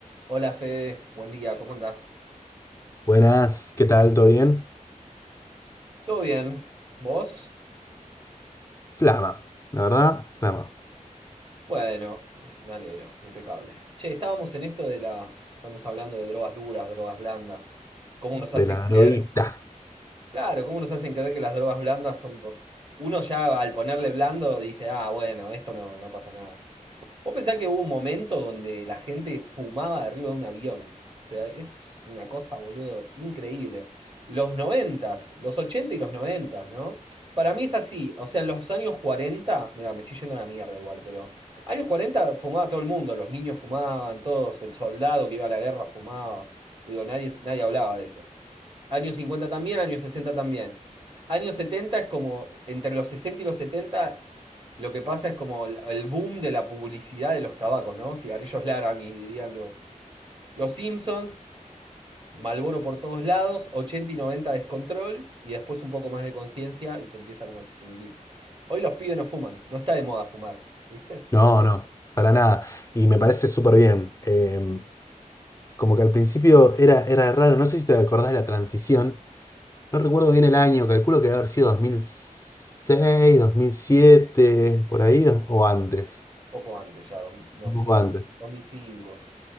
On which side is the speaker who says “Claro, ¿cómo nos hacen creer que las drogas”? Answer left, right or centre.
Right